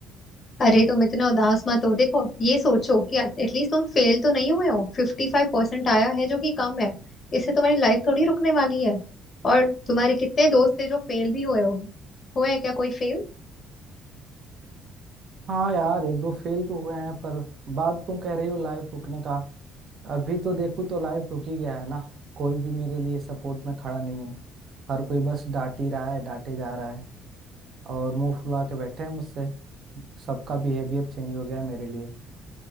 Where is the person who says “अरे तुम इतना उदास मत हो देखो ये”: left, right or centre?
Left